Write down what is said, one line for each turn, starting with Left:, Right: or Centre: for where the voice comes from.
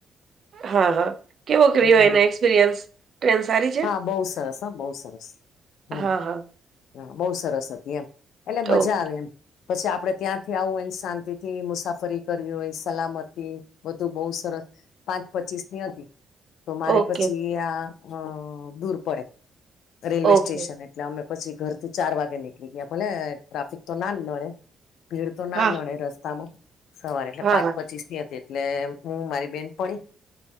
Right: હા હા કેવો ક્રયો
Left: અને મારી
Right: એને એક્સપિરિયન્સ ટ્રેન સારી છે
Left: હા બહુ સરસ હા બહુ સરસ હમ
Right: હા, હા.
Left: હા બહુ સરસ હતી એમ એટલે
Right: ઓ
Left: મજા એમ પછી આપડે ત્યાંથી આવું હોયને શાંતિ થી મુસાફરી કરવી હોય સલામતી બધું બઉુ સરસ પાંચ પચીસ ની હતી તો મારે
Right: ઓકે,
Left: પછી આ દૂર પડે રેલવે
Right: ઓકે.
Left: સ્ટેશન એટલે અમે પછી ઘરથી ચાર વાગે નીકળી ગયા ભલે ટ્રાફિક તો ના નડે ભીડ તો ના
Right: હા,
Left: નડે રસ્તામાં સવારે એટલે
Right: હા,
Left: પાંચ
Right: હા.
Left: પચીસ ની હતી એટલે હું મારી બેનપણી